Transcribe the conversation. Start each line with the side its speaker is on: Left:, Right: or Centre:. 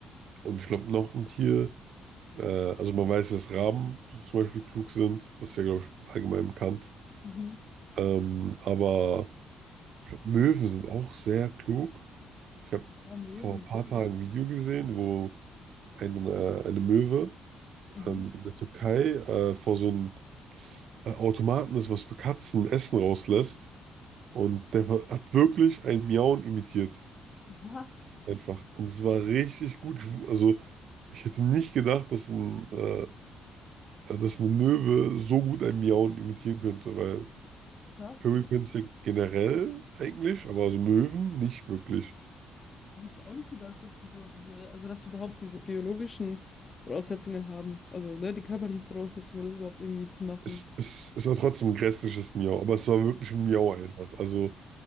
Right: und ich glaube, noch ein Tier, äh, also man weiß, dass Raben zum Beispiel klug sind, das ist ja, glaube ich, allgemein bekannt.
Left: mhm.
Right: Ähm, aber ich glaube, Möwen sind auch sehr klug. Ich habe
Left: Ja, Möwen.
Right: vor ein paar Tagen ein Video gesehen, wo ein, äh, eine Möwe
Left: Mhm.
Right: ähm, in der Türkei äh, vor so einem äh, Automaten ist, was für Katzen Essen rauslässt. Und der hat wirklich ein Miauen imitiert.
Left: Was?
Right: Einfach. Und es war richtig gut. Ich- Also, ich hätte nicht gedacht, dass, ein, äh, äh, dass eine Möwe so gut ein Miauen imitieren könnte, weil
Left: Ach, krass.
Right: Vögel können es ja generell eigentlich, aber also Möwen nicht wirklich.
Left: Hätte ich auch nicht gedacht, dass sie so diese, also dass sie überhaupt diese biologischen Voraussetzungen haben. Also, ne, die körperlichen Voraussetzungen, das überhaupt irgendwie zu machen.
Right: Es, es, es war trotzdem ein grässliches Miau, aber es war wirklich ein Miau einfach. Also,